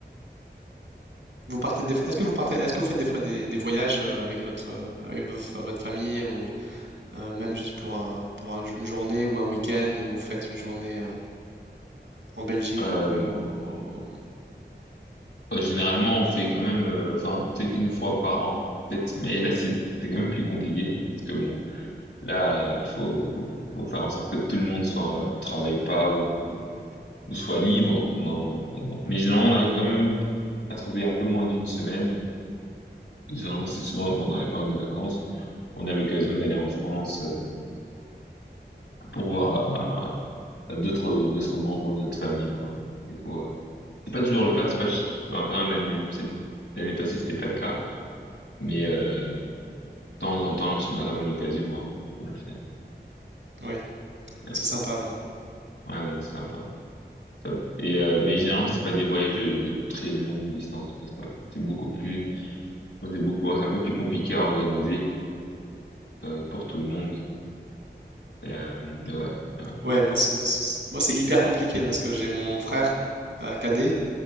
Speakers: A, on the right; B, on the left.
A: Vous partez des fois, est-ce que vous partez, est-ce que vous faites des fois des, des voyages euh, avec votre, euh, avec vo- fa- votre famille ou euh, même juste pour un, pour un une journée ou un week-end ou vous faites une journée euh, en Belgique
B: Euh,
A: ou au- au-
B: euh, généralement, on fait quand même, euh, enfin, peut-être une fois par an, peut-être, mais là, c'est, c'est quand même plus compliqué, parce que bon, Là, euh, faut, faut, faut faire en sorte que tout le monde soit euh, travaille pas ou, euh, ou soit libre pendant, pendant. Mais généralement, on arrive quand même à trouver un peu moins d'une semaine. Généralement, c'est souvent pendant les périodes de vacances, on a l'occasion d'aller en France euh, pour voir euh, d'autres d'autres membres de notre famille, quoi. Du coup, euh, c'est pas toujours le cas. C'est pas ch- ben, après hein, l'année cette- l'année passée, c'était pas le cas, mais euh, de temps en temps, lorsqu'on a quand même l'occasion, ben, on le fait.
A: oui,
B: Ouais,
A: c'est sympa. ouais.
B: Ouais, c'est sympa. Ça- Et euh, mais généralement c'est pas des voyages de, de très longue distance parce que ouais, c'est beaucoup plus c'est beaucoup c'est un peu plus compliqué à organiser euh, pour tout le monde euh, mais ouais ouais
A: Ouais, moi c'est c'est- moi c'est hyper compliqué parce que j'ai mon frère euh, cadet